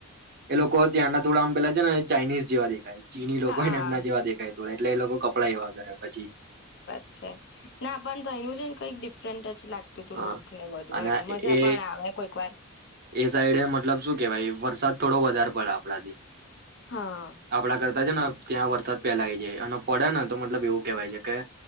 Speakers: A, on the right; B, on the left.
A: એ લોકો ત્યાં ના થોડડા આમ પેલા છે ને ચાઇનીઝ જેવા દેખાય ચીની લોકોને
B: હા
A: એમના જેવા દેખાય તોોડે એટલે એ લોકો કપડા એવા કરે પછી.
B: અછા ના પણ તો એનું છે ને કઈક ડિફરન્ટ લાગતું તું
A: હા
B: લુક ને વધુ
A: અને
B: એમ મજા
A: એ
B: પણ આવે કોઈક વાર.
A: એ સાઈડે મતલબ શું કેવાય વરસાદ થોડો વધારે પડે આપણાથી.
B: હા
A: આપડા કરતા છે ને ત્યાં વરસાદ પેલાય જાય અને પડે ને તો મતલબ એવું કેહેવાય છે કે